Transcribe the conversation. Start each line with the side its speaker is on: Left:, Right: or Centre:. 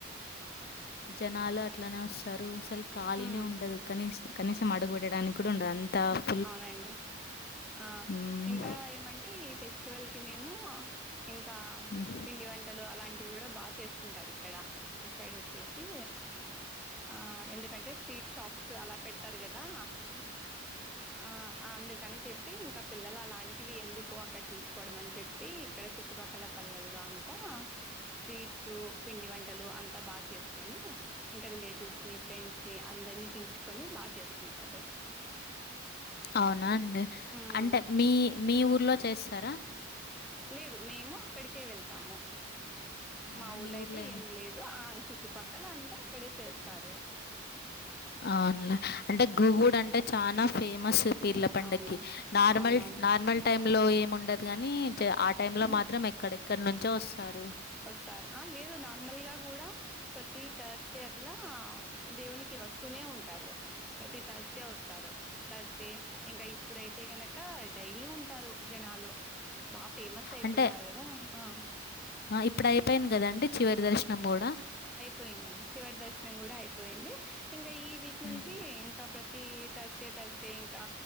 Left: జనాలు అట్లానే ఆస్తారు అసలు ఖాళీనే
Centre: ఉమ్
Left: ఉండదు కనీస కనీసం అడుగు పెెట్టడానికి కూడా ఉండదు అంత్ త
Centre: అవునండి ఆ
Left: హ్మ్.
Centre: ఇంకా ఏమంటే ఈ ఫెస్టివల్కి మేము ఇంకా
Left: హ్మ్.
Centre: పిండి వంటలు అలాంటివి కూడా బాగా చేసుకుంటారు ఇక్కడ ఈ సైడ్ వ చ్చేసి ఆ ఎందుకంటే స్వీట్ షాప్స్ అలా పెడతారు కదా ఆ ఆ అందుకని చెప్పి ఇంకా పిల్లలు అలాంటివి ఎందుకు అక్కడ తీసుకోవడం అని చెప్పి ఇక్కడ చుట్టుపక్క ల పల్లెల్లో అంతా స్వీట్స్ పిండి వంటలు అంతా బాగా చేసుకొని ఇంకా రిలేటివ్స్ ని ఫ్రెండ్స్ ని అందరినీ పిలుచుకొని బాగా చేసుకుంటారు
Left: అవునా అండి
Centre: మ్మ్
Left: అంటే మీ మీ ఊర్లో చేస్తారా
Centre: లేదు మేము అక్కడికే వెళ్తాము
Left: అవునా?
Centre: మా ఊర్ళయితే
Left: మీ ఊర్లో
Centre: ఏం లేదు ఆ చుట్టుపక్కల అంతే అక్కడే చేస్తారు
Left: అవునులే అంటే
Centre: హ్మ్.
Left: గుహుడు అంటే చాలా ఫేమస్ పీర్ల పండకి
Centre: అవునా
Left: నార్మల్
Centre: అవునవును
Left: నార్మల్ టైంలో ఏముండదు గాని ఆ టైంలో
Centre: మ్మ్
Left: మాత్రం ఎక్కడెక్కడ నుంచో ఆస్తారు
Centre: వస్తారు ఆ లేదు నార్మల్ గా గూడ ప్రతి థర్స్డే అట్లా దేవునికి వస్తూనే ఉంటారు ప్రతి థర్స్డే వస్తారు థర్స్డే ఇంకా ఇప్పుడైతే గనుక డైలీ ఉంటారు జనాలు బా ఫేమస్ అయిపోయినారు
Left: అంటే
Centre: గాదా ఆ
Left: ఆ ఇప్పుడు అయిపోయింది కదాండి చివరి దర్శనం కూడా
Centre: పోయిందండి చివరి దర్శనం కూడా అయిపోయింది ఇంకా ఈ వీక్
Left: హ్మ్.
Centre: నుంచి ఇంకా ప్రతి థర్స్డే థర్స్డే ఇంకా